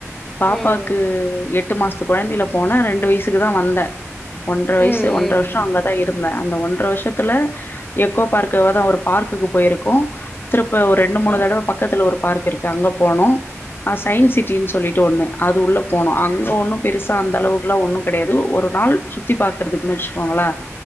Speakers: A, on the left; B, in the centre.
A: பாப்பாக்கு
B: ம்
A: எட்டு மாசத்து கொழந்தையில போனே ரெண்டு வயசுக்கு தா வந்தே ஒன்றர
B: ம்
A: வயசு ஒன்றர
B: ம்
A: வர்ஷோ அங்கதா இருந்தே அந்த ஒன்றர வர்ஷத்துல எக்கோ பார்க் கிட்டவேதா ஒரு பார்க்குக்கு போயிருக்கோ திருப்ப ஒரு ரெண்டு மூணு
B: ம்
A: தடவ பக்கத்துல ஒரு பார்க் இருக்கு அங்க போனோ அ சைன் சிட்டின்னு சொல்லிட்டு ஒன்னு அது உள்ள போனோ அங்க ஒன்னோ பெருசா அந்த அளவுக்குலா ஒன்னு கெடையாது ஒரு நாள் சுத்தி பாக்கறதுக்குனு வெச்சுக்கோங்களே